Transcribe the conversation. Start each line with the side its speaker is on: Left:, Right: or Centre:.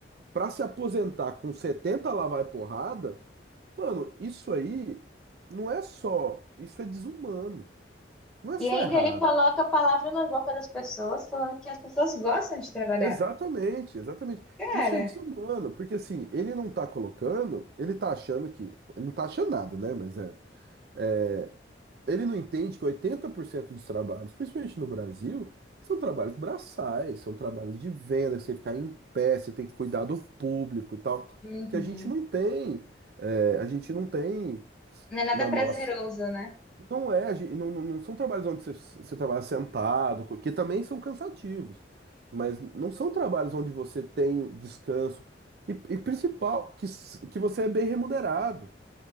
Right: pra se aposentar com 70 lá vai porrada, mano, isso aí não é só, isso é desumano. Não é
Centre: E
Right: só
Centre: ainda
Right: errado.
Centre: ele coloca a palavra na boca das pessoas, falando que as pessoas gostam de trabalhar.
Right: Exatamente, exatamente.
Centre: Cara,
Right: Isso é desumano, porque assim, ele não tá colocando, ele tá achando que. Ele não tá achando nada, né? Mas é. é, ele não entende que 80% dos trabalhos, principalmente no Brasil, são trabalhos braçais, são trabalhos de venda, que você tem que ficar em pé, você tem que cuidar do público e tal.
Centre: uhum.
Right: Porque a gente não tem. é, a gente não tem
Centre: Não é nada
Right: na
Centre: prazeroso,
Right: nossa.
Centre: né?
Right: Não é, gen- não, não não são trabalhos onde você, você trabalha sentado, que também são cansativos, mas não são trabalhos onde você tem descanso. E, e principal, que, s- que você é bem remunerado.